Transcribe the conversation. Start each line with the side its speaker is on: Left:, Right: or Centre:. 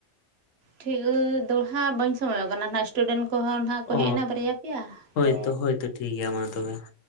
Right: ᱴᱷᱤᱠ ᱫᱚᱲᱦᱟ ᱵᱟᱹᱧ ᱥᱚᱢᱚᱭᱚᱜ ᱠᱟᱱᱟ ᱱᱟᱜ ᱥᱴᱩᱰᱮᱱᱴ ᱠᱚᱦᱚᱸ ᱱᱟᱸᱜ ᱠᱚ
Left: ᱚ
Right: ᱦᱮᱡ ᱮᱱᱟ ᱵᱟᱨᱭᱟ ᱯᱮᱭᱟ
Left: ᱦᱳᱭᱛᱚ
Right: ᱛᱚᱼᱼ
Left: ᱦᱳᱭᱛᱚ ᱴᱷᱤᱠ ᱜᱮᱭᱟ ᱢᱟ ᱛᱚᱵᱮ ᱾